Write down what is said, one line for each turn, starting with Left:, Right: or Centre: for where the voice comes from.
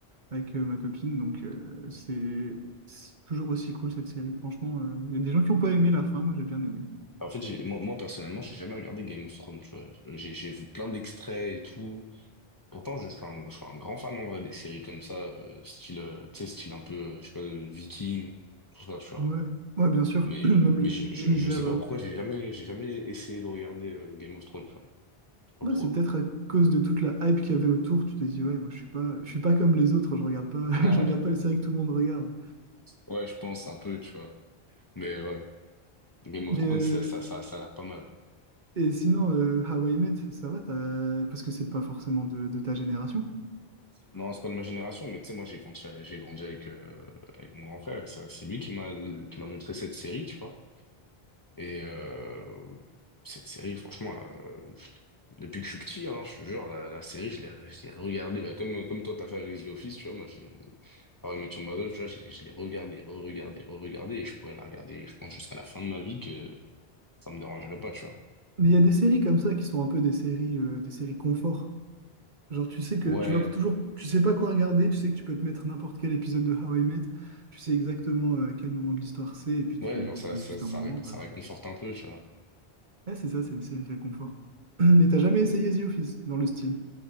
Right: avec euh, ma copine. Donc euh, c'est c'est toujours aussi cool cette série. Franchement, euh, il y a des gens qui n'ont pas aimé la fin, moi j'ai bien aimé.
Left: En fait, j'ai- moi, moi, personnellement, j'ai jamais regardé Game of Thrones, tu vois. J'ai, j'ai vu plein d'extraits et tout. Pourtant, je suis un, je suis un grand fan, en vrai, des séries comme ça, euh, style, euh, tu sais, style un peu, euh, je sais pas, euh, Viking, tout ça, tu vois.
Right: Ouais, ouais, bien sûr.
Left: Mais,
Right: <clears throat> Même
Left: mais je, je,
Right: l'univers.
Left: je sais pas
Right: euh,
Left: pourquoi j'ai jamais, j'ai jamais essayé de regarder euh, Game of Thrones, tu vois. Je sais pas
Right: Ouais,
Left: pourquoi.
Right: c'est peut-être à cause de toute la hype qu'il y avait autour, tu t'es dit, ouais, moi je suis pas, je suis pas comme les autres, je regarde pas, <laughs>
Left: <laughs>
Right: je regarde pas les séries que tout le monde regarde.
Left: Ouais, je pense un peu, tu vois. Mais ouais. Game of
Right: Mais
Left: Thrones,
Right: euh,
Left: ça, ça, ça, ça a l'air pas mal. ouais.
Right: et sinon, euh, How I Met, ça va, t'as- parce que c'est pas forcément de, de ta génération.
Left: Non, c'est pas de ma génération, mais tu sais, moi, j'ai grandi, j'ai grandi avec, euh, avec mon grand frère. et ça, C'est lui qui m'a, qui m'a montré cette série, tu vois. Et euh, cette série, franchement, là, euh, depuis que je suis petit, hein, je te jure, la, la série, je l'ai, je l'ai regardée. bah, comme, comme toi, t'as fait avec The Office, tu vois. Moi, j'ai, How I Met Your Mother, tu vois, je l'ai, je l'ai regardée, re-regardée, re-regardée. Et je pourrais la regarder, je pense, jusqu'à la fin de ma vie que ça me dérangerait pas, tu vois.
Right: Mais il y a des séries comme ça qui sont un peu des séries, euh, des séries confort. Genre, tu sais que
Left: Ouais,
Right: tu vas toujours, tu sais pas quoi regarder, tu sais que tu peux te mettre n'importe quel épisode de How I Met, tu sais exactement euh, à quel moment de l'histoire c'est, et puis tu,
Left: ouais, genre,
Right: tu
Left: ça,
Right: passes
Left: ça,
Right: juste
Left: ça,
Right: un bon moment,
Left: ré-
Right: quoi.
Left: ça réconforte un peu, tu vois.
Right: Ouais, c'est ça, c'est les séries réconfort. <clears throat> Mais t'as jamais essayé The Office dans le style?